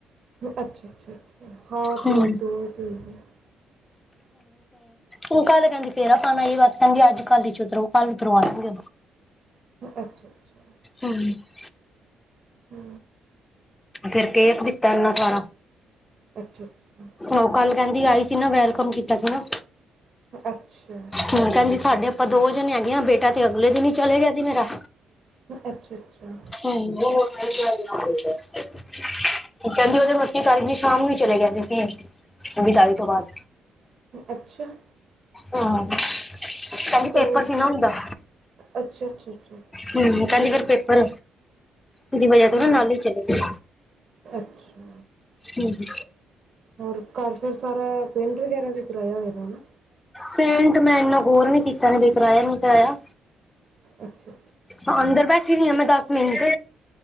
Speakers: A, on the right; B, on the left.
A: ਅੱਛਾ-ਅੱਛਾ-ਅੱਛਾ ਹਾ
B: ਹੂੰ
A: ਤੇ ਅੱਜ ਦੋ ਤਰੀਕ ਦੀ।
B: ਉੰ ਕਲ ਕਹਿਦੀ ਫੇਰਾ ਪਾਣ ਆਈ ਬਸ ਕਹਿੰਦੀ ਅਜ-ਕਲ ਚ ਉਤਰਵਾ ਲੈੜਗੇ।
A: ਅੱਛਾ-ਅੱਛਾ।
B: ਹਮ <unintelligible>
A: ਹੁ
B: ਫੇਰ ਕੇਕ ਦਿਤਾ ਏਨਾ ਸਾਰਾ।
A: ਅੱਛਾ ਅੱਛਾ।
B: ਓਹ ਕੱਲ ਕਹਿੰਦੀ ਆਈ ਸੀ ਨਾ ਵੈਲਕਮ ਕੀਤਾ ਸੀ ਨਾ
A: ਅੱਛਾ
B: ਹੁਣ ਕਹਿੰਦੀ ਸਾਡੇ ਆਪਾਂ ਦੋ ਜਨੇ ਹੈਗੇਆਂ ਬੇਟਾ ਤੇ ਅਗਲੇ ਦਿਨ ਹੀ ਚਲੇ ਗਿਆ ਸੀ ਮੇਰਾ।
A: ਅੱਛਾ ਅੱਛਾ।
B: ਕਹਿੰਦੀ ਵਜੇ ਮ <unintelligible> ਕੱਲ ਜੀ ਸ਼ਾਮ ਨੂੰ ਹੀ ਚਲੇ ਗਿਆ ਸੀ ਵਿਦਾਈ ਤੋਂ ਬਾਅਦ
A: ਅੱਛਾ।
B: ਹਾਂ। ਕਹਿੰਦੀ
A: ਤੇ
B: ਪੇਪਰ
A: ਉਹ
B: ਸੀ ਨਾ ੳਦਾ ਹੁ
A: ਅੱਛਾ ਅੱਛਾ ਅੱਛਾ
B: ਕਹਿੰਦੀ
A: ਹਮ
B: ਫੇਰ ਪੇਪਰ ਉਹਦੀ ਵਜ੍ਹਾ ਤੋਂ
A: ਹਾਂ
B: ਨਾ ਨਾਲ ਹੀ ਚਲੇ ਗਏ
A: ਅੱਛਾ
B: ਹੁ ਹੁ।
A: ਹੋਰ ਘਰ ਫੇਰ ਸਾਰਾ ਪੇਂਟ ਵਗੈਰਾ ਵੀ ਕਰਾਇਆ ਹੋਏਗਾ ਨਾ।
B: ਪੇਂਟ ਮੈਂ ਇੰਨਾ ਗੋਰ ਨੀ ਕੀਤਾ ਹਜੇ ਕਰਇਆ ਨੀ ਕਰਾਇਆ।
A: ਅੱਛਾ
B: ਹਾ ਅੰਦਰ ਬੈਠੀ ਹੋਈ ਆ ਮੈਂ ਦਸ ਮਿੰਟ